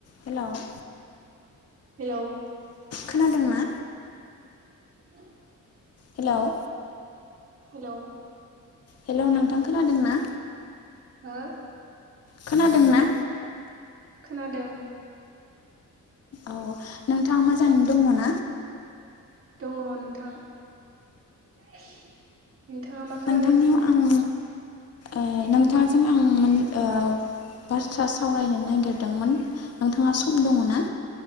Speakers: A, on the left; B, on the right.
A: हेल'
B: hello
A: खोनादोंना
B: <unintelligible>
A: हेल'
B: hello
A: hello नोंथां खोनादों ना।
B: हो।
A: खोनादोंना।
B: खोनादों।
A: अ नोंथाङा मोजाङैनो दङ ना।
B: दङ नोंथां। नोंथाङा मा खालामगासिनो।
A: नोंथांनियाव आं ओ नोंथांजों आं मोन ओ बाथ्रा सावरायनो नागिरदोंमोन नोंथाङा सम दङ ना।